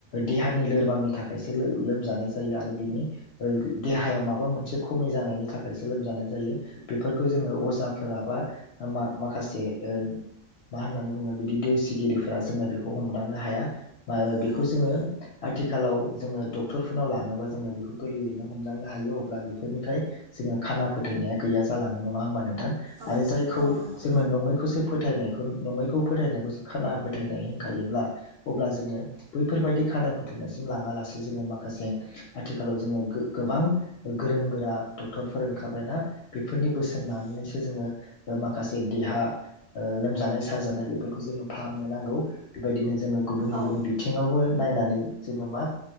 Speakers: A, on the left; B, on the right.
A: देहानि लोरबांनि थाखायसो लो-लोमजानाय जायो आरो बिनि ओ देहायाव माबा मोनसे खमि जानायनि थाखायसो लोमजानाय जायो। बेफोरखौ जोङो अजाफोराबा मा-माखासे ओ मा होननानै बुङो बिदि देवसिगिरिफोरा जोंनो बे खौ हमदांनो हाया मा बिखौ
B: औ
A: जोङो आथिखालाव जोङो डक्टरफोरनाव लाङोबा जोङो बेखौ गोरलैयैनो हमदांनो हायो अब्ला बेफोरनिफ्राय जोङो खाना फोथायनाया गैया जालाङो नङा होमबा नों थां
B: औ
A: आरो जायखौ
B: औ नंगौ
A: जोङो नङैखौसो फो फोथायनायखौ नङैखौ फोथायनायखौसो खाना फोथायनाय खायोब्ला अब्ला जोङो बैफोर बायदि खानाय फोथेरनायसिम लाङालासे जोङो माखासे आथिखालाव जोङो गो-गोबां गोरों गोरा डक्टरफोर ओंखारबायना बेफोरनि बोसोन
B: औ
A: लानानैसो जोङो ओ माखासे देहा ओ लोमजानाय साजानाय बेफोरखौ जोङो फाहामनो नांगौ। बेबायदिनो जोङो गुबुन गुबुन
B: औ
A: बिथिङावबो नायनानै नै जोङो मा